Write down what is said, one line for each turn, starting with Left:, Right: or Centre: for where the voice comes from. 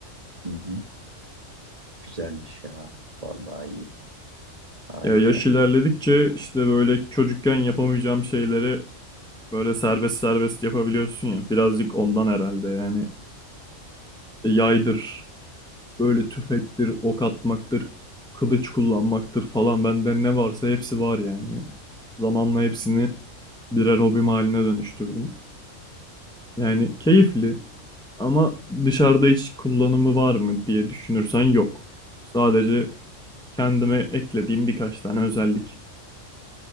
Right: Hı hı. Güzelmiş ya. Vallahi iyi. Harika.
Centre: Ya yaş ilerledikçe işte böyle çocukken yapamayacağım şeyleri böyle serbest serbest yapabiliyorsun ya. Birazcık ondan herhalde yani. E, Yaydır, böyle tüfektir, ok atmaktır, kılıç kullanmaktır falan. Bende ne varsa hepsi var yani. Zamanla hepsini birer hobim haline dönüştürdüm. Yani keyifli ama dışarıda hiç kullanımı var mı diye düşünürsen yok. Sadece kendime eklediğim birkaç tane özellik.